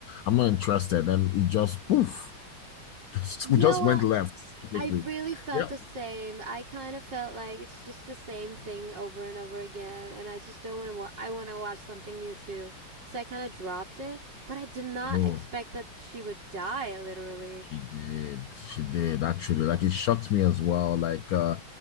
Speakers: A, on the left (about 75°); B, on the right (about 60°).
A: I'm not interested. And it just poof, just
B: Yeah,
A: <laughs> just
B: well,
A: went left quickly.
B: I really felt
A: Yeah.
B: the same. I kind of felt like it's just the same thing over and over again, and I just don't want to. Wa- I want to watch something new too, so I kind of dropped it. But I did not
A: Oh.
B: expect that she would die, literally.
A: She did. She did actually. Like it shocked me as well. Like uh